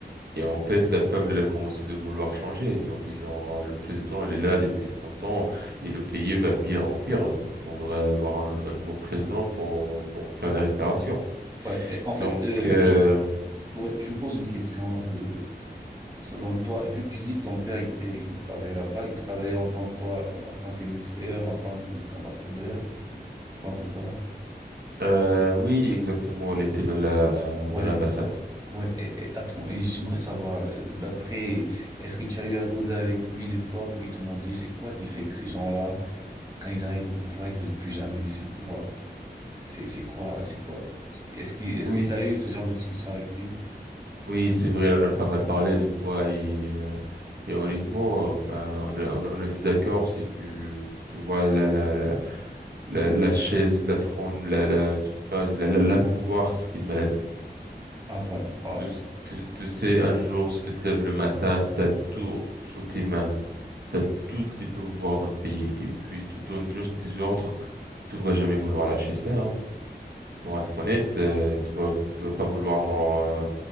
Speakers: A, on the right; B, on the right.
A: et en fait la peuple elle a commencé de vouloir changer. Ils ont dit genre euh, le président il est là depuis 30 ans et le pays va pire en pire. Donc on voudrait avoir un, nou- un nouveau président pour pour faire des réparations.
B: Ouais, Et en
A: Donc
B: fait, euh,
A: euh,
B: je, Ouais, je me pose une question. euh, selon toi, vu que tu dis que ton père il était, il travaillait là-bas, il travaillait en tant que quoi? euh, En tant qu'émissaire, en tant que qu'ambassadeur, en tant que quoi?
A: euh, oui exactement, elle était dans la
B: Ouais,
A: dans l'ambassade.
B: ou- ouais. Et, et attends, et j'aimerais savoir. euh, D'après, est-ce que tu as eu à causer avec lui des fois pour lui demander c'est quoi qui fait que ces gens-là, quand ils arrivent au pouvoir, ils veulent plus jamais laisser le pouvoir? C'est c'est quoi, c'est quoi? Est-ce qu'il,
A: Oui,
B: est-ce que t'as eu ce genre de discussion avec lui?
A: Oui, c'est vrai, on a pas mal parlé des fois et, euh, et honnêtement, enfin, on, a- on, on était d'accord, c'est que tu vois la la la la, la chaise, la trône, la la tu vois, la, la, la pouvoir, c'était une maladie.
B: En vrai, ouais.
A: Tu, s- tu, tu sais, un jour, si tu te lèves le matin, t'as tout sous tes mains, t'as tous les pouvoirs dans le pays et puis tu donnes juste des ordres, tu vas jamais vouloir lâcher ça. hein. Pour être honnête, euh, tu vas tu vas pas vouloir genre euh,